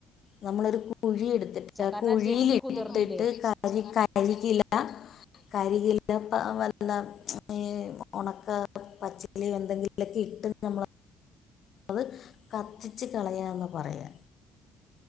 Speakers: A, on the left; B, in the centre.
A: നമ്മളൊരു കുഴി എടുത്തിട്ട്
B: കാരണം
A: കുഴിയിലിട്ടിട്ട്
B: ആ ജെല്ല് കുതിർന്നില്ലേ
A: കരി കരിയില കരികില വല്ല ഈ ഉണക്ക പച്ചിലിയോ എന്തെങ്കിലൊക്കെ ഇട്ട് നമ്മള് അത് കത്തിച്ച കളയാന്ന് പറയാ.